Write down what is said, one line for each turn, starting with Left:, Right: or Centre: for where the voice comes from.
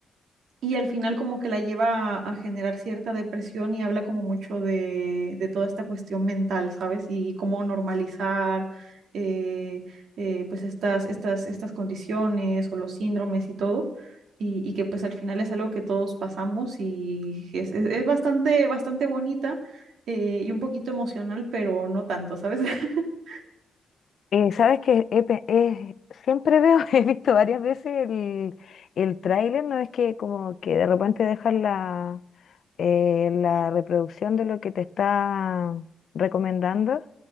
Right: Y al final como que la lleva a, a generar cierta depresión y habla como mucho de, de toda esta cuestión mental, ¿sabes? Y, y cómo normalizar eh, eh, pues estas, estas, estas condiciones o los síndromes y todo. Y, y que pues al final es algo que todos pasamos y es, es, es bastante, bastante bonita eh, y un poquito emocional, pero no tanto, ¿sabes? <laughs>
Left: Eh, sabes que he pe- he- siempre veo, <laughs> he visto varias veces el, el tráiler, no es que como que de repente dejan la, eh, la reproducción de lo que te está recomendando